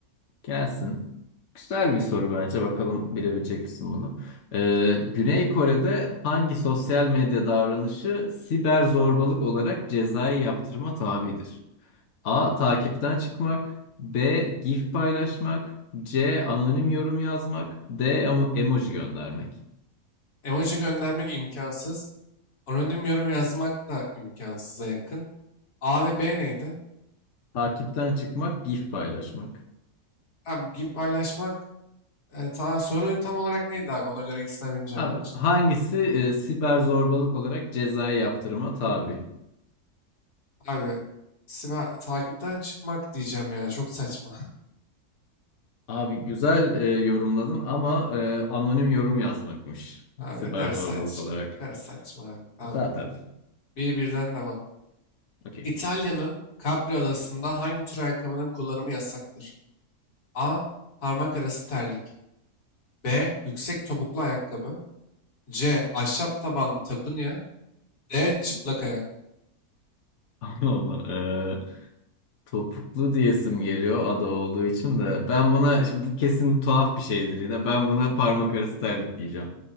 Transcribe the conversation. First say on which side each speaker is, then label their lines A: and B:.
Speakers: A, on the left; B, on the left.
A: gelsin. Güzel bir soru bence. Bakalım bilebilecek misin bunu? Ee, Güney Kore'de hangi sosyal medya davranışı siber zorbalık olarak cezai yaptırıma tabidir? A. Takipten çıkmak. B. GIF paylaşmak. C. Anonim yorum yazmak. D. emo- Emoji göndermek.
B: Emoji göndermek imkansız. Anonim yorum yazmak da imkansıza yakın. A ve B neydi?
A: Takipten çıkmak, GIF paylaşmak.
B: Abi gibi paylaşmak e, ta, soru tam olarak neydi abi? Ona göre ikisinden birini cevap
A: Abi
B: vereceğim.
A: hangisi e, siber zorbalık olarak cezai yaptırıma tabi?
B: Abi siba, takipten çıkmak diyeceğim ya. Çok saçma. <laughs>
A: Abi güzel e, yorumladın ama e, anonim yorum yazmakmış.
B: Abi
A: Siber
B: ne kadar
A: zorbalık
B: saçma.
A: olarak.
B: Ne kadar saçma abi. Tamam.
A: Zaten.
B: Bir birden devam.
A: Okey.
B: İtalya'nın Capri Adası'nda hangi tür ayakkabının kullanımı yasaktır? A. Parmak arası terlik. B. Yüksek topuklu ayakkabı. C. Ahşap tabanlı takunya. D. Çıplak ayak.
A: <laughs> Allah Allah. E, topuklu diyesim geliyor ada olduğu için de. Ben buna, şimdi bu kesin tuhaf bir şeydir yine. Ben buna parmak arası terlik diyeceğim.